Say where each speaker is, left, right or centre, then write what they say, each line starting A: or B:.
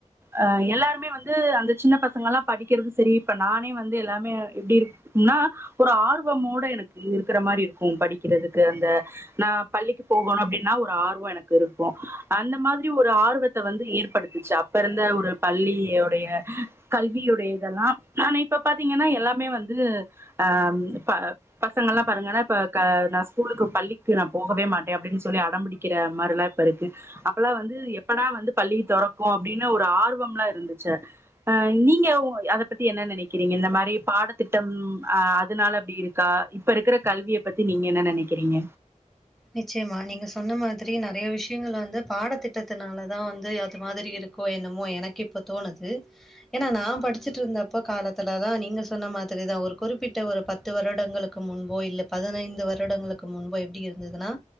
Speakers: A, on the right; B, in the centre.
A: ஆ எல்லாருமே வந்து அந்த சின்ன பசங்கெல்லா படிக்கிறது சரி இப்ப நானே வந்து எல்லாமே இப்டி இருக்கும்னா ஒரு ஆர்வமோட எனக்கு இருக்குற மாரி இருக்கு படிக்கிறதுக்கு அந்த நா பள்ளிக்கு போகோணு அப்டின்னா ஒரு ஆர்வோ எனக்கு இருக்கு அந்த மாத்ரி ஒரு ஆர்வத்த வந்து ஏற்படுத்துச்சு அப்ப இருந்த ஒரு பள்ளி உடைய கல்வியுடைய இதெல்லா ஆனா இப்ப பாத்தீங்கன்னா எல்லாமே வந்து ஆம் ப பசங்கெல்லா பாருங்கன்னா இப்ப க நா ஸ்கூலுக்கு பள்ளிக்கு நா போகவே மாட்டே அப்டின் சொல்லி அடம்பிடிக்கிற மாரிலா இப்ப இருக்கு அப்பெல்லா வந்து எப்படா வந்து பள்ளி தொறக்கு அப்டினு ஒரு ஆர்வம்லா இருந்துச்சு அ நீங்க ஒ அத பத்தி என்ன நெனைக்கிறீங்க இந்த மாரி பாடத்திட்டம் அ அதுனால அப்டி இருக்கா இப்ப இருக்குற கல்விய பத்தி நீங்க என்ன நெனைக்கிறீங்க
B: நிச்சயமா நீங்க சொன்ன மாதிரி நெறைய விஷ் யங்கள் வந்து பாடத்திட்டத்தினால தா வந்து அது மாதிரி இருக்கோ என்னமோ எனக்கு இப்ப தோணுது ஏன்னா நா படிச்சிட்டுயிருந்தப் காலத்துல தா நீங்க சொன்ன மாதிரி தா ஒரு குறிப்பிட்ட ஒரு பத்து வருடங்களுக்கு முன்போ இல்ல பதினைந்து வருடங்களுக்கு முன்போ எப்படி இருந் ததுன்னா